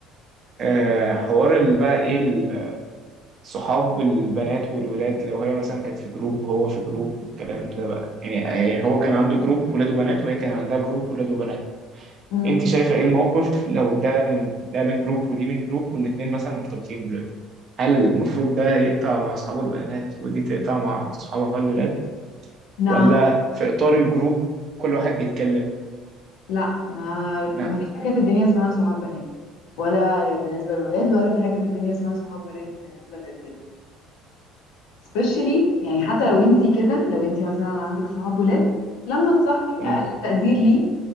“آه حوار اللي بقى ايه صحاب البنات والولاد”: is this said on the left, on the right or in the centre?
Right